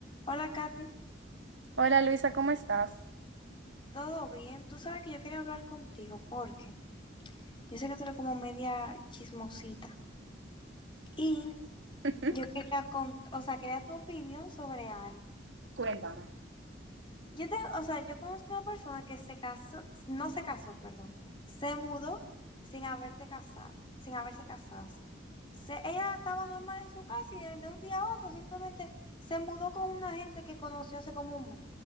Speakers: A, on the left; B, on the right.
A: Hola, Katy.
B: Hola Luisa, ¿cómo estás?
A: ¿Todo bien? Tú sabes que yo quería hablar contigo porque yo sé que tú eres como media chismosita y
B: <laughs>
A: yo quería con, o sea, quería tu opinión sobre algo.
B: Cuéntame.
A: Yo te, o sea, yo conozco una persona que se casó, no se casó, perdón, se mudó sin haberte casado, sin haberse casado así. Se- ella estaba normal en su casa y de, de un día a otro simplemente se mudó con una gente que conoció hace como un mes.